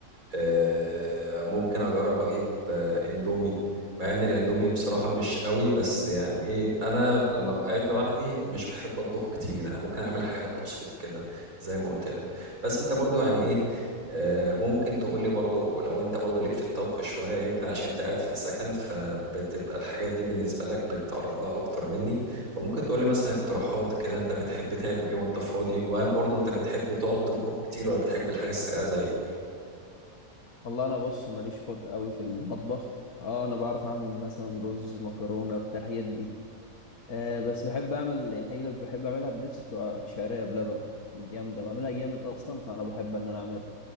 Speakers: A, on the right; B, on the left.
A: آه، ممكن اجرب اجيب آه، اندومي مع ان الاندومي بصراحة مش قوي بس يعني ايه انا لما ببقى قاعد لوحدي مش بحب اطبخ كتير انا ممكن اعمل حاجات بسيطة كده زي ما قلت لك بس انت برضو يعني ايه آه، ممكن تقول لي برضو لو انت برضو ليك في الطبخ شوية يمكن عشان انت قاعد في السكن فبتبقى الحاجات دي بالنسبة لك بتتعرض لها اكتر مني فممكن تقول لي مثلا اقتراحات كده انت بتحب تعمل ايه وانت فاضي وهل برضو انت بتحب تقعد تطبخ كتير ولا بتحب الحاجة السريعة زيي
B: والله أنا بص ماليش خلق قوي في المطبخ اه انا بعرف اعمل مثلا رز مكرونه بتاع الحاجات دي أه بس بحب اعمل يعني الحقيقة اللي بحب اعملها بنفسي بتبقى الشعريه بلبن جامده بعملها جامد اصلا فانا بحب ان انا اعملها